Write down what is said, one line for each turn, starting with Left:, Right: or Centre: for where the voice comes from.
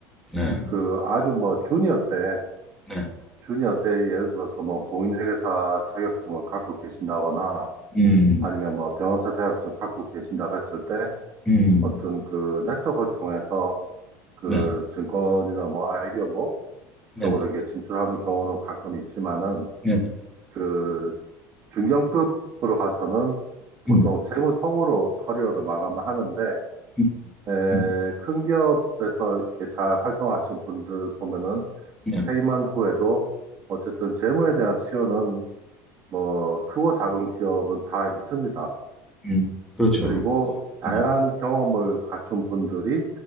Centre: 네.
Right: 그 아주 뭐 주니어 때
Centre: 네.
Right: 준이 어때? 예를 들어서 뭐 공인회계사 자격증을 갖고 계신다거나
Centre: 음,
Right: 아니면 뭐 변호사 자격증 갖고 계신다고 했을 때
Centre: 음,
Right: 어떤 그 네트워크를 통해서 그
Centre: 네.
Right: 증권이나 뭐 IB 업무
Centre: 네,
Right: 쪽으로
Centre: 네.
Right: 이게 진출하는 경우는 가끔 있지만은
Centre: 네, 네.
Right: 그 중견급으로 가서는 보통
Centre: 음,
Right: 재무통으로 커리어를 마감을 하는데
Centre: 음,
Right: 에,
Centre: 음,
Right: 큰 기업에서 이렇게 잘 활동하신 분들 보면은
Centre: 네.
Right: 퇴임한 후에도 어쨌든 재무에 대한 수요는 뭐 크고 작은 기업은 다 있습니다.
Centre: 음, 그렇죠.
Right: 그리고 다양한
Centre: 네.
Right: 경험을 갖춘 분들이